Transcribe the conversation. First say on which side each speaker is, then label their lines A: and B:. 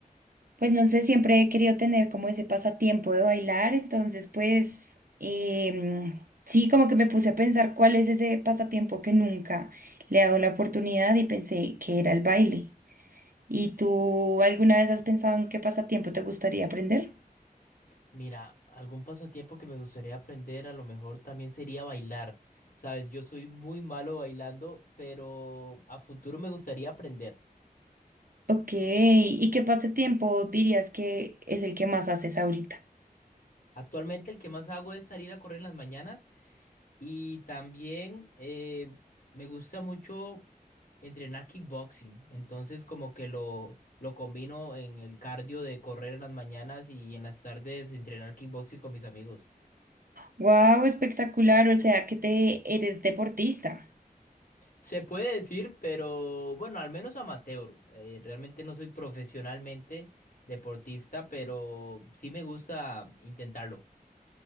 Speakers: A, on the right; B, on the left.
A: Pues no sé, siempre he querido tener como ese pasatiempo de bailar, entonces pues em, sí, como que me puse a pensar cuál es ese pasatiempo que nunca le he dado la oportunidad y pensé que era el baile. ¿Y tú alguna vez has pensado en qué pasatiempo te gustaría aprender?
B: Mira, algún pasatiempo que me gustaría aprender a lo mejor también sería bailar. Sabes, yo soy muy malo bailando, pero a futuro me gustaría aprender.
A: Ok, ¿y qué pasatiempo dirías que es el que más haces ahorita?
B: Actualmente el que más hago es salir a correr en las mañanas y también eh, me gusta mucho entrenar kickboxing. Entonces como que lo, lo combino en el cardio de correr en las mañanas y en las tardes entrenar kickboxing con mis amigos.
A: Wow, espectacular, o sea que te eres deportista.
B: Se puede decir, pero bueno, al menos amateur. Eh, realmente no soy profesionalmente deportista, pero sí me gusta intentarlo.